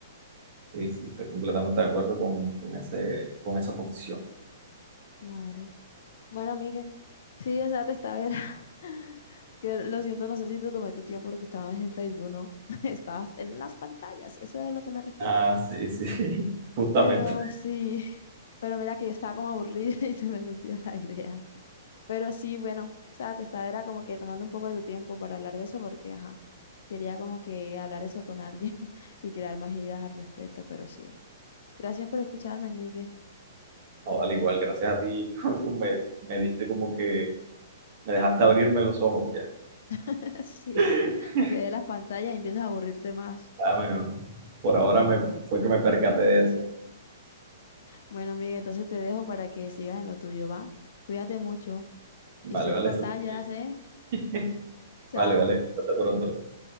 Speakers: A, on the right; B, on the left.
A: Sí, sí, estoy completamente de acuerdo con, con ese, con esa posición.
B: Claro. Bueno, amiga, sí, o sea, te estaba ver. <laughs> Que lo siento, no sé si te tomé tu tiempo porque estabas en Facebook, ¿no? <laughs> Estabas en las pantallas, eso es a lo que me refiero.
A: Ah, sí, sí, <laughs> justamente.
B: Pero sí, <laughs> pero mira que yo estaba como aburrida <laughs> y se me metió la idea. Pero sí, bueno, o sea, te estaba era como que tomando un poco de tu tiempo para hablar de eso porque, ajá, quería como que hablar eso con alguien <laughs> y crear más ideas al respecto, pero sí. Gracias por escucharme, Migue.
A: No, al igual, gracias a ti, <laughs> me, me diste como que me dejaste abrirme los ojos ya.
B: <laughs> Sí,
A: <laughs>
B: para que de las pantallas y empieces a aburrirte más.
A: Ah, bueno, por ahora me, fue que me percaté de eso.
B: Bueno, Migue, entonces te dejo para que sigas en lo tuyo, ¿va? Cuídate mucho
A: Vale,
B: y cero
A: vale,
B: pantallas,
A: eso está bien.
B: ¿eh?
A: <laughs>
B: Chao.
A: Vale, vale, hasta pronto.